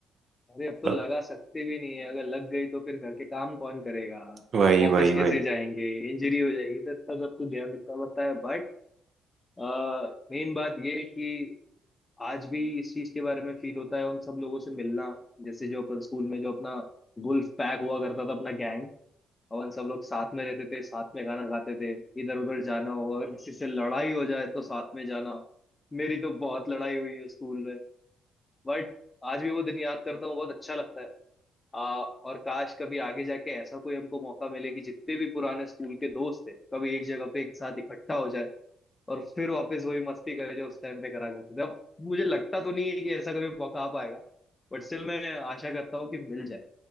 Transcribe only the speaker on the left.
अरे अब
तो लगा सकते भी नहीं है अगर लग गई तो फिर घर के काम कौन करेगा
ऑफिस
कैसे जाएंगे इंजरी हो जाएगी तो इतना सब कुछ ध्यान रखना पड़ता है बट मेन बात ये है कि आज भी इस चीज के बारे में फील होता है उन सब लोगों से मिलना जैसे जो अपन स्कूल में जो अपना वुल्फ पैक हुआ करता था अपना गैंग अपन सब लोग साथ में रहते थे साथ में खाना खाते थे इधर उधर जाना हो अगर किसी से लड़ाई हो जाए तो साथ में जाना मेरी तो बहुत लड़ाई हुई है स्कूल में बट आज भी वो दिन याद करता हूँ बहुत अच्छा लगता है आ, और काश कभी आगे जाके ऐसा कोई हमको मौका मिले कि जितने भी पुराने स्कूल के दोस्त थे कभी एक जगह पे एक साथ इकट्ठा हो जाए और फिर वापस वही मस्ती करे जो उस टाइम पे करा करते थे अब मुझे लगता तो नहीं है कि ऐसा कभी मौका आ पाएगा बट स्टिल मैं आशा करता हूँ कि मिल जाए